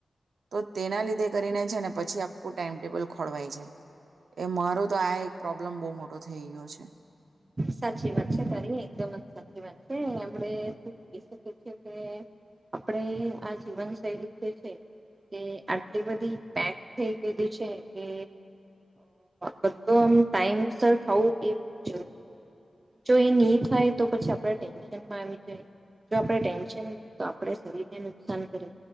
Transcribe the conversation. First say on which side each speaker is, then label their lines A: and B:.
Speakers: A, on the right; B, on the right.
A: તો તેના લીધે કરીને છે ને પછી આખું ટાઈમટેબલ ખોળવાય જાય. એ મારો તો આ એક પ્રોબ્લેમ બહુ મોટો થઇ ગયો છે.
B: સાચી વાત છે તારી એકદમ જ સાચી વાત છે આપણે જોઈ શકી છે કે, આપણે આ જીવન શૈલી જે છે, તે આટલી બધી પેક થઈ ગયેલી છે કે બધો આ ટાઈમ સર થવું એ બ જો એ નહી થાય તો પછી આપણે ટેન્શનમાં આવી જાય, જો આપણે ટેન્શન તો આપણે શરીરને નુકસાન કરે,